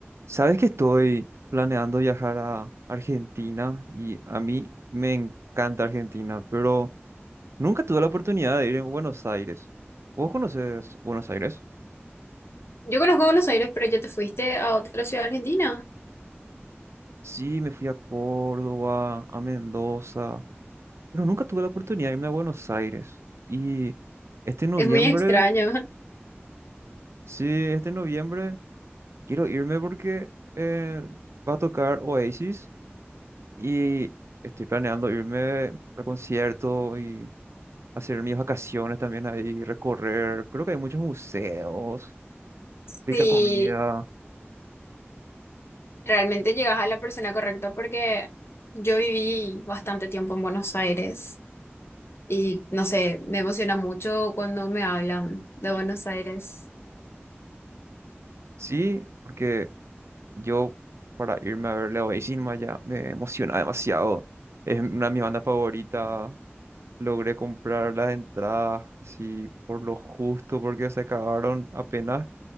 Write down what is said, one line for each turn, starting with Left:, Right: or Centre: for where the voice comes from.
Right: Sabes que estoy planeando viajar a Argentina y a mí me encanta Argentina, pero nunca tuve la oportunidad de ir en Buenos Aires. ¿Vos conoces Buenos Aires?
Left: Yo conozco Buenos Aires, pero ya te fuiste a otra ciudad argentina.
Right: Sí, me fui a Córdoba, a Mendoza, pero nunca tuve la oportunidad de irme a Buenos Aires. Y este noviembre,
Left: Es muy extraño.
Right: sí, este noviembre quiero irme porque eh, va a tocar Oasis y estoy planeando irme al concierto y hacer mis vacaciones también ahí, recorrer. Creo que hay muchos museos,
Left: Si
Right: rica comida.
Left: realmente llegas a la persona correcta, porque yo viví bastante tiempo en Buenos Aires y no sé, me emociona mucho cuando me hablan de Buenos Aires.
Right: Sí, porque yo para irme a ver Leo Bellín ya me emociona demasiado. Es una de mis bandas favoritas. Logré comprar las entradas así por lo justo porque se acabaron apenas